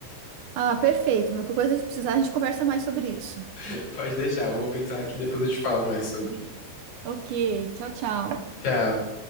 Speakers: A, on the right; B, on the left.
A: Ah, perfeito. Mas qualquer coisa que precisar, a gente conversa mais sobre isso.
B: <laughs> Pode deixar, eu vou pensar aqui, depois eu te falo mais sobre.
A: Ok, tchau, tchau.
B: Tchau.